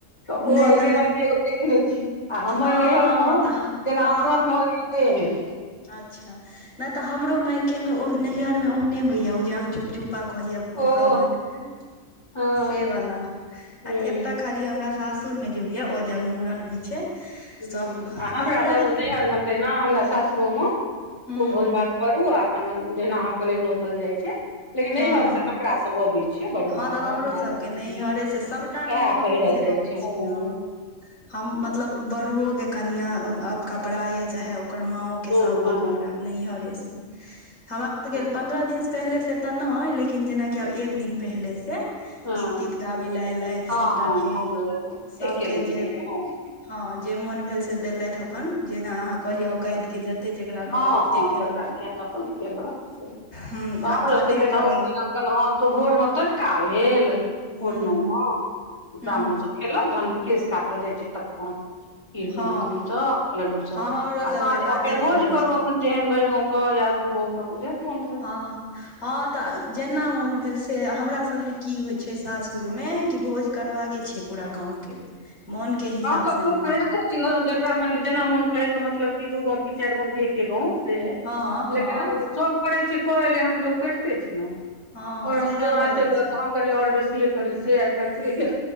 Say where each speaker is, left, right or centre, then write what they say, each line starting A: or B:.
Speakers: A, on the left; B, on the left.
A: तऽ
B: नहि
A: ओ अलगे
B: तऽ
A: रंग के एगो देखने छी। आ हमर
B: हँ
A: नैहरमे
B: हँ तऽ
A: जेना
B: हमरो
A: अहाँ कहलीये तेहन।
B: अच्छा नहि तऽ हमरो मायके मे नैहर मे ओहने होइया ओ जे अहाँ चुप चुप पा कहलिय
A: ओह
B: भगवान के
A: हँ
B: से वाला
A: हूँ
B: आ एत्त खाली हमरा सासुरमे जे होइए ओ जगमूड़न होइ छै।
A: ह
B: सब
A: आ हमरा
B: पन्द्रह
A: सब
B: दिन
A: नैहर में तहिना हमरा सासुरोमे
B: हूं
A: खूब भोज
B: हूं
A: भात करू आ अपन जहिना अहाँ कहलिये नोतल जाइ छै। लेकिन
B: हँ
A: नैहर
B: हँ
A: से कपड़ा सब अबै छै बरुआ
B: हँ तऽ
A: लग
B: हमरो
A: माय
B: सबके
A: लग
B: नैहरे से सभटा
A: सएह
B: नैहरे
A: पहिरल
B: से
A: जाइ
B: आबै छै
A: हँ
B: ना। हम मतलब बड़ुओ के कनिया कपड़ा ये चाहे ओकर माओ के
A: हँ
B: सब के
A: हँ
B: कपड़ा नैहरे से हमरा सब के
A: हँ
B: पन्द्रह दिन पहिले से तऽ नय लेकिन जेनाकि आब एक एक दिन पहिले से
A: हँ हँ
B: गीत तीत
A: हँ
B: गाबै लए एयलथि
A: हँ
B: सबटा
A: हँ
B: भेल।
A: हमरो एतऽ
B: सबके
A: एके दिन
B: जे
A: पहिले हँ।
B: हँ जे मोन भेल से देलथि अपन जेना अहाँ कहलियै औकाद के जते जेकरा रहल
A: हँ
B: ओते
A: हँ
B: केलक
A: जकरा जेहन अपन केलक से तऽ
B: हूँ
A: हमरो
B: आ पातरि
A: सभके तेना
B: पड़ल
A: ओहि दिन अपन हँ तो भोर मे तनुका भेल
B: हूँ
A: मुड़नो
B: हूँ
A: मे ब्राह्मण
B: हूँ
A: सब खेलक जहन केश काटल जाइ छै तखन। खीर
B: हँ
A: पूरी तूरी सब लड्डू सब
B: हँ हमरो
A: आ
B: सबके
A: साँझ मे
B: पातरि
A: फेर भोज
B: पड़ै
A: करू
B: छै
A: अपन जेहन भैर गांव करा या दु गांव अपन जेहन मोन भेल।
B: हँ हँ तऽ जेना मोन भेल से हमरा सभमे की होइ छै सास सुर मे भोज करबाके छै पूरा गाँव के मोन के हिसाब
A: हँ तऽ
B: से नहि
A: लोक करिते छै ना जकरा जेना मोन कहैके मतलब कि दू गाँव क चारि गाँव क एके गाँव। से
B: हँ हँ
A: लेकिन उ सब करै छै क एलै हन तऽ लोक करिते छै ना।
B: हँ
A: और
B: सएह
A: हम फल्लाँ
B: भऽ
A: एतेक
B: जाइ
A: केलक
B: छै
A: तऽ हम कनि और बेसिए करी से आइ काल्हि छे।